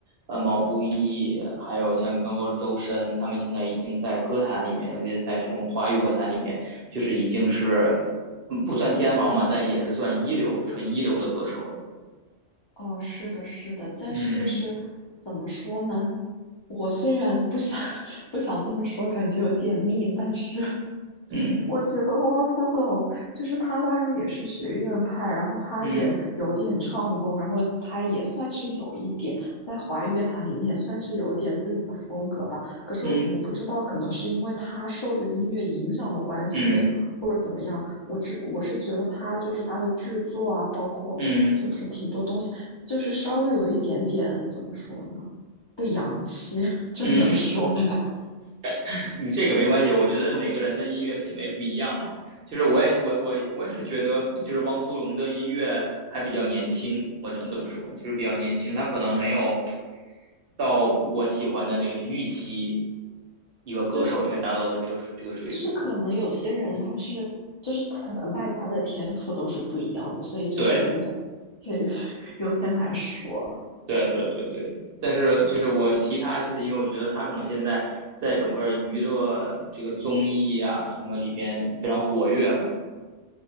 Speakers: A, on the right; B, on the left.
A: 呃，毛不易，还有像你刚刚说周深，他们现在已经在歌坛里面，尤其在这种华语歌坛里面，就是已经是，嗯，不算天王嘛，但也是算一流、纯一流的歌手了。
B: 哦，是的，是的，但是就是怎么说呢？
A: 嗯
B: 我虽然不想 <laughs> 不想这么说，感觉有点命，但是
A: 嗯
B: 我觉得汪苏泷就是他，当然也是学院派，然后他也有点唱功，
A: 嗯
B: 然后他也算是有一点在华语乐坛里面也算是有点自己的风格吧。可是我不知道，
A: 嗯
B: 可能是因为他受的音乐影响的关系，
A: 嗯
B: 或者怎么样，我只我是觉得他就是他的制作啊，包括。
A: 嗯
B: 就是挺多东西。就是稍微有一点点怎么说呢，不洋气，<laughs> 这能说吗？
A: 嗯，嗯 <laughs> 你这个没关系，我觉得每个人的音乐品味不一样嘛。就是我也我我我也是觉得，就是汪苏泷的音乐还比较年轻，我只能这么说，就是比较年轻，他可能没有到我喜欢的那个去预期一个歌手应该达到的这个水这个水准。
B: 就是就是可能有些人他是就是可能大家的天赋都是不一样的，
A: 嗯，
B: 所以就是有点这个
A: 对。
B: <laughs> 有点难说。
A: 对对对对，但是就是我提他，就是因为我觉得他可能现在在整个娱乐这个综艺啊什么里边非常活跃嘛，